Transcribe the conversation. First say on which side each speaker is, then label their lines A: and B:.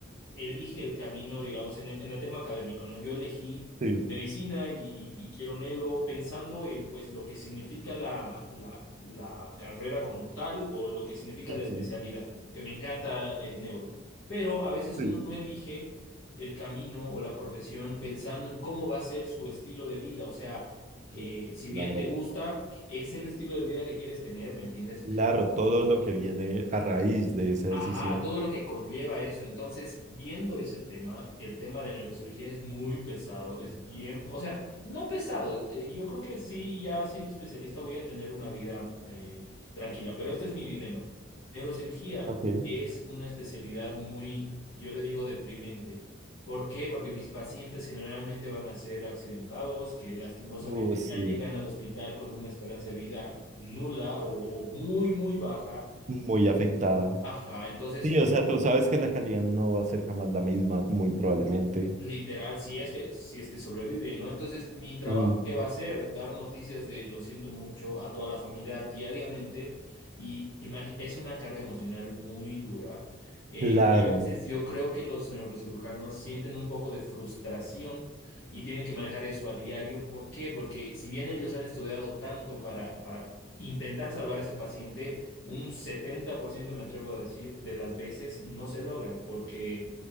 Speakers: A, on the left (about 80°); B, on the right (about 35°).
A: elige el camino, digamos, en el, en el tema académico, ¿no? Yo elegí
B: Sí.
A: medicina y, y- y quiero neuro pensando en, pues, lo que significa la, la, la carrera como tal o lo que significa
B: Ujú,
A: la especialidad, porque me encanta eh, neuro. Pero a veces
B: Sí.
A: uno no elige el camino o la profesión pensando en cómo va a ser su estilo de vida, o sea, eh,
B: Sí,
A: si
B: Claro.
A: bien te gusta, es el estilo de vida que quieres tener, ¿me entiendes?
B: Claro, todo lo que viene a raíz de esa
A: Ajá,
B: decisión.
A: todo lo que conlleva eso. Entonces, viendo ese tema, el tema de neurocirugía es muy pesado, es bien, o sea, no pesado. eh, yo creo que sí, ya siendo especialista voy a tener una vida eh, tranquila, pero este es mi dilema. Neurocirugía
B: Ok.
A: es una especialidad muy, yo le digo, deprimente. ¿Por qué? Porque mis pacientes generalmente van a ser accidentados, que lastimosamente
B: Uh, sí.
A: ya llegan al hospital con una esperanza de vida nula o o muy, muy baja.
B: Muy afectada.
A: Ajá, entonces
B: Sí, o sea, tú sabes que la calidad no va a ser jamás la misma, muy probablemente.
A: Literal, si es que, si es que sobreviven, ¿no? Entonces, mi trabajo,
B: Mm,
A: ¿qué va a ser? Dar noticias de lo siento mucho a toda la familia diariamente y imagi- es una carga emocional muy dura. eh,
B: claro,
A: y a veces yo creo que los neurocirujanos sienten un poco de frustración y tienen que manejar eso a diario. ¿Por qué? Porque si bien ellos han estudiado tanto para, para intentar salvar a ese paciente, un 70% me atrevo a decir, de las veces no se logra porque